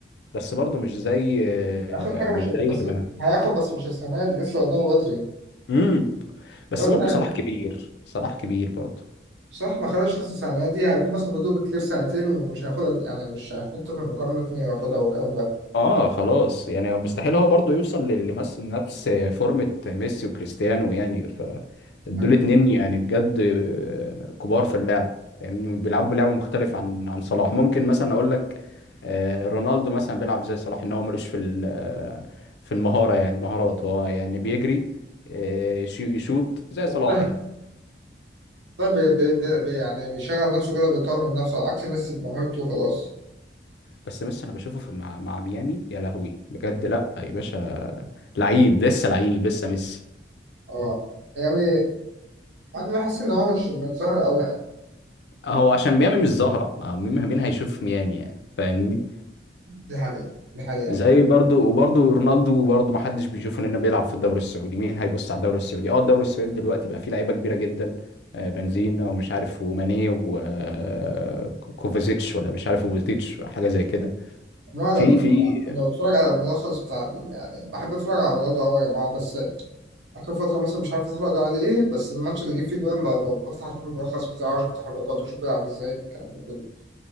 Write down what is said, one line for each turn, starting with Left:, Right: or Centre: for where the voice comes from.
Left: بس برضو مش زي آه،
Right: هياخد حاجة
Left: مش
Right: مش
Left: زي
Right: بس
Left: ما
Right: هياخد بس مش السنة دي لسه قدامه بدري
Left: امم بس
Right: الواد
Left: برضو
Right: ده
Left: صلاح كبير صلاح كبير برضو
Right: بصراحة ما خدش السنة دي هيكون مثلا فاضل له بالكتير سنتين ومش هياخدها يعني مش هيحطه في المقارنة التانية ياخدها والكلام ده
Left: اه خلاص يعني مستحيل هو برضه يوصل لل- لمس- لنفس نفس فورمة ميسي وكريستيانو يعني ف دول
Right: أيوة
Left: اتنين يعني بجد آه، كبار في اللعبة يعني بيلعبوا لعبة مختلفة عن عن صلاح ممكن مثلا اقول لك آه، رونالدو مثلا بيلعب زي صلاح ان هو ملوش في ال- آه، في المهارة يعني مهارات هو يعني بيجري آه، يشو- يشوط زي
Right: مقتنع.
Left: صلاح يعني
Right: ده بي بي بي بي- يعني بيشغل نفسه كده بيطور من نفسه عكس ميسي بموهبته وخلاص
Left: بس ميسي انا بشوفه في مع مع ميامي يا لهوي بجد لا يا باشا لعيب لسه لعيب لسه ميسي
Right: اه يعني أنا بحس إن هو مش مش ظاهر أوي يعني
Left: هو عشان ميامي مش ظاهرة ما مين مين هيشوف في ميامي يعني فاهمني
Right: دي حقيقة دي حقيقة
Left: زي برضو وبرضو رونالدو برضو ما حدش بيشوفه لأنه بيلعب في الدوري السعودي مين هيبص على الدوري السعودي اه الدوري السعودي دلوقتي بقى فيه لعيبة كبيرة جدا آه، بنزيما ومش عارف وماني وكوفازيتش ولا مش عارف وبوتيتش حاجة زي كده
Right: ما انا
Left: في
Right: بت...
Left: في
Right: انا بتفرج على الملخص بتاع ال- يعني بحب اتفرج على رونالدو قوي يا جماعه بس اخر فتره مثلا مش عارف اتفرج على ايه بس الماتش اللي جه فيه جوان ب- ب- بفتح اشوف الملخص بتاعه واشوف تحركاته واشوف بيلعب ازاي الكلام ده كله